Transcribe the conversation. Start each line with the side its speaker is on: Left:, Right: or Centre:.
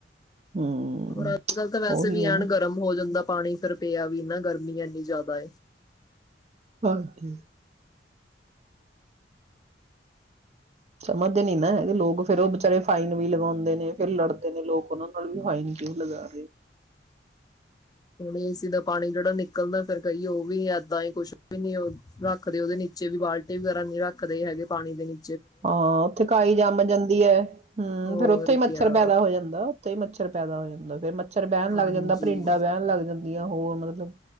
Right: ਹਮ
Left: ਹੋਰ ਅੱਜ ਕੱਲ ਤਾ ਵੈਸੇ
Right: ਉਹੀ
Left: ਵੀ
Right: ਹੈ ਨਾ
Left: ਐਨ ਗਰਮ ਹੋ ਜਾਂਦਾ। ਪਾਣੀ ਫਿਰ ਪਿਆਿਆ ਵੀ ਨਾ ਗਰਮੀ ਇਨੀ ਜ਼ਿਆਦਾ
Right: <inaudible> ਸਮਝਦੇ ਨੀ ਨਾ ਹੈਗੇ ਲੋਕ ਫੇਰ ਉਹ ਬਚਾਰੇ ਫਾਈਨ ਵੀ ਲਗਾਉਂਦੇ ਨੇ ਫਿਰ ਲੜਦੇ ਨੇ ਲੋਕ ਉਹਨਾਂ ਨਾਲ ਵੀ ਹਾਈਨ ਕਿਉਂ ਲਗਾ ਰਹੇ
Left: ਏ ਸੀ ਦਾ ਪਾਣੀ ਜਿਹੜਾ ਨਿਕਲਦਾ ਫਿਰ ਕਹੀਏ ਉਹ ਵੀ ਇਏਦਾਂ ਹੀ ਕੁੱ ਵੀ ਨੀ ਰੱਖਦੇ ਉਹਦੇ ਨੀਚੇ ਵੀ ਬਾਲਟੀ ਵਗੈਰਾ ਨਹੀਂ ਰੱਖਦੇ ਹੈਗੇ ਪਾਣੀ ਦੇ ਨੀ
Right: ਹਾਂ ਉੱਥੇ ਕਾਈ ਜੰਮ ਜਾਂਦੀ ਹੈ ਹਮ
Left: ਹੋਰ
Right: ਫੇਰ ਉੱਥੇ ਹੀ ਮੱਛਰ
Left: ਕਿਆ
Right: ਪੈਦਾ ਹੋ ਜਾਂਦਾ ਉੱਥੇ ਹੀ ਮੱਛਰ ਪੈਦਾ ਹੋ ਜਾਂਦਾ ਫ ਮਛਰ ਬਹਿਣ
Left: ਹਾਂਜੀ
Right: ਲੱਗ ਜਾਂਦਾ ਪਰਿੰਡਾਂ ਬਹਿਣ ਲੱਗ ਜਾਂਦੀਆਂ ਹੋਰ ਮਤਲਬ